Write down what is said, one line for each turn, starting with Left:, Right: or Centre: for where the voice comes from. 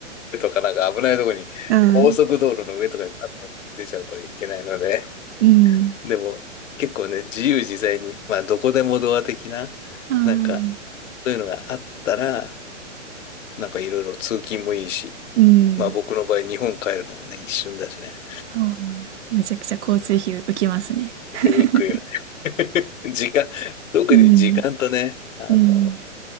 Left: とかなんか危ないとこに、
Right: うん、
Left: 高速道路の上とかにガッと出ちゃうといけないので、
Right: うん、
Left: でも結構ね、自由自在に、まあどこでもドア的な、
Right: ああ、
Left: なんかそういうのがあったら、なんかいろいろ通勤もいいし、
Right: うん。
Left: まあ僕の場合日本帰るのもね、一瞬だしね、
Right: ああ、めちゃくちゃ交通費浮きますね。<laughs>
Left: 浮くよね。<laughs> 時間、特に時間とね、
Right: うん、
Left: あの、
Right: うん、